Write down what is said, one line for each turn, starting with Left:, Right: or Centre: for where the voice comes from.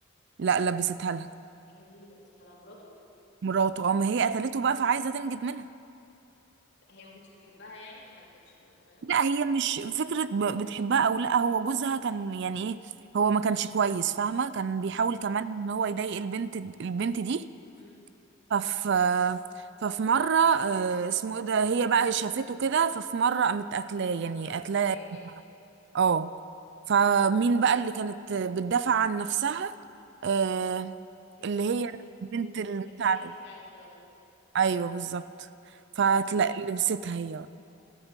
Right: لا لبستها لها
Left: ايه ده مين اللي لبسها لها مراته
Right: مراته قام هي قتلته بقى فعايزه تنجد منها
Left: هي ما كانتش بتحبها يعني هي ما كانتش طايقاها
Right: لا هي مش فكره ب- بتحبها او لا هو جوزها كان يعني ايه هو ما كانش كويس فاهمه كان بيحاول
Left: مم.
Right: كمان ان هو يضايق البنت البنت دي
Left: مم.
Right: ففي ففي مره آه، اسمه ايه ده هي بقى شافته كده ففي مره قامت قتلاه يعني
Left: قررت
Right: قتلاه
Left: تنتقم يعني
Right: اه فمين بقى اللي كانت بتدافع عن نفسها آه،
Left: هي
Right: اللي
Left: بقى
Right: هي
Left: البنت
Right: البنت
Left: اللي
Right: المساعدة
Left: كانت جاية تساعد الولد ده
Right: ايوه بالظبط
Left: مم.
Right: فلبستها هي بقى.